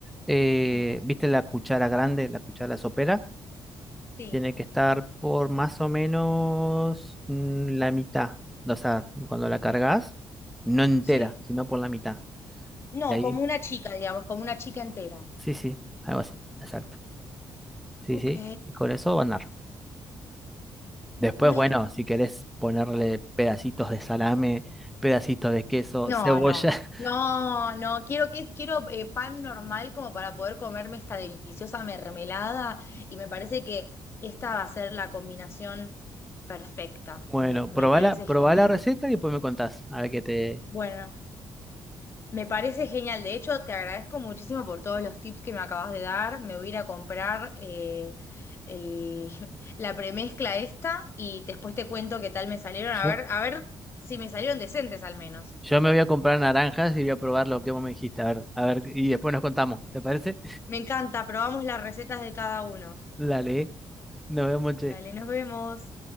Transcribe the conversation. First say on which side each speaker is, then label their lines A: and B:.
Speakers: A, in the centre; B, on the left.
A: eh,
B: Sí,
A: ¿viste la cuchara grande, la cuchara sopera?
B: sí,
A: Tiene que estar por más o menos mm, la mitad. O sea, cuando la cargas, no entera,
B: sí.
A: sino por la mitad.
B: No,
A: Y ahí,
B: como una chica, digamos, como una chica entera.
A: sí, sí, algo así, exacto. Sí,
B: Ok.
A: sí, y con eso va a andar. Después,
B: Ay,
A: bueno, si querés ponerle pedacitos de salame, pedacitos de queso,
B: no,
A: cebolla.
B: no.
A: <laughs>
B: No, no, quiero que quiero eh, pan normal como para poder comerme esta deliciosa mermelada y me parece que esta va a ser la combinación perfecta.
A: Bueno,
B: Me,
A: probá
B: me parece
A: la, probá
B: genial.
A: la receta y después me contás. A ver qué te.
B: Bueno, Me parece genial. De hecho, te agradezco muchísimo por todos los tips que me acabas de dar. Me voy a ir a comprar eh, el- <laughs> la premezcla esta y después te cuento qué tal me salieron.
A: Yo,
B: A ver, a ver si me salieron decentes al menos.
A: yo me voy a comprar naranjas y voy a probar lo que vos me dijiste. A ver, a ver, y después nos contamos. ¿Te parece?
B: Me encanta. Probamos las recetas de cada uno.
A: <laughs> Dale, nos vemos, che.
B: Dale, nos vemos.